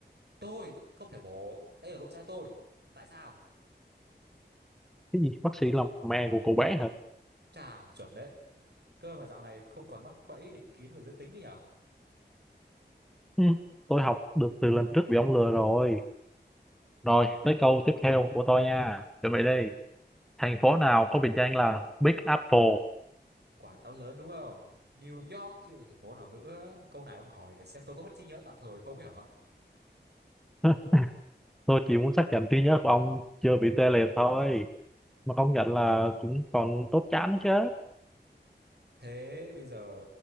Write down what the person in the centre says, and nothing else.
cái gì? Bác sĩ là mẹ của cậu bé hả?
Ừ, tôi học được từ lần trước bị ông lừa rồi. Rồi, tới câu tiếp theo của tôi nha. Chuẩn bị đi. Thành phố nào có biệt danh là Big Apple?
<laughs> Tôi chỉ muốn xác nhận trí nhớ của ông chưa bị tê liệt thôi. Mà công nhận là cũng còn tốt chán chứ.